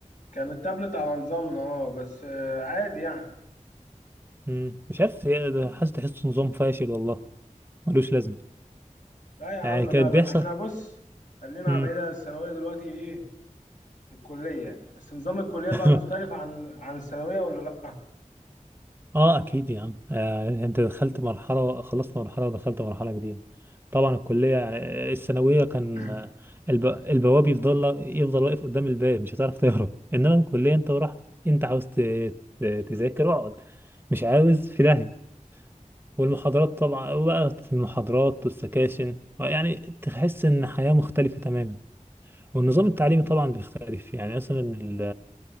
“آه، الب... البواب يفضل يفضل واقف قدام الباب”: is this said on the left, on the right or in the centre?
Right